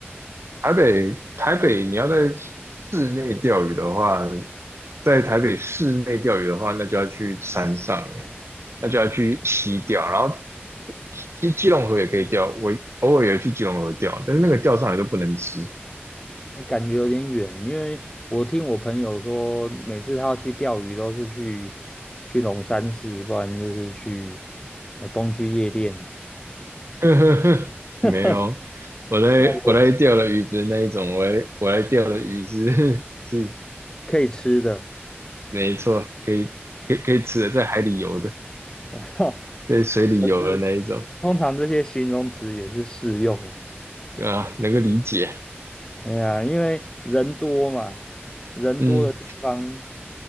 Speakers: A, on the right (about 85°); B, on the left (about 20°).
A: 台北，台北，你要在室内钓鱼的话，在台北室内钓鱼的话，那就要去山上了，那就要去溪钓。然后，其实基隆河也可以钓，我偶尔也去基隆河钓，但是那个钓上来都不能吃。
B: 感觉有点远，因为我听我朋友说，每次他要去钓鱼都是去去龙山寺，不然就是去呃东区夜店，
A: <laughs> 没有，
B: <laughs>
A: 我在我在钓的鱼不是那一种，
B: 那个
A: 我在我来钓的鱼是 <laughs> 是
B: 可以吃的。
A: 没错，可以可以可以吃的，在海里游的，
B: <laughs>
A: 在水里游的那一种
B: 就是通常这些形容词也是适用。
A: 啊，能够理解。
B: 哎呀，因为人多嘛，人多的地方，
A: 嗯，